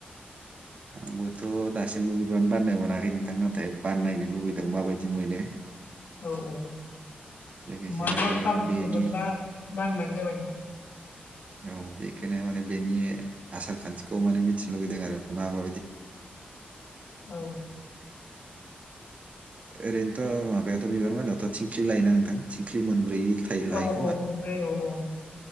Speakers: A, on the right; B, on the left.
A: आंबोथ' दासिमबो बिबान बाननो मोनाखै नोंथां ना थाय बाननो लुुबैदों माबादि मोनो
B: औ औ।
A: लोगोसेनो
B: मा मा
A: आरो
B: खाबुफोर
A: बेनि
B: मोनबा बानबानो जाबाय नोंथां।
A: औ बेखोनो माने बेनि आसार खान्थिखौ माने मिथिनो लुुबैदों आरो। माबा
B: औ
A: ओरैनोथ' माबायावथ' बिबार मायावथ' थिंख्लि लायोना नोंथां थिंख्लि मोनब्रै उथाय लायोखोमा
B: औ औ मोनबाय औ औ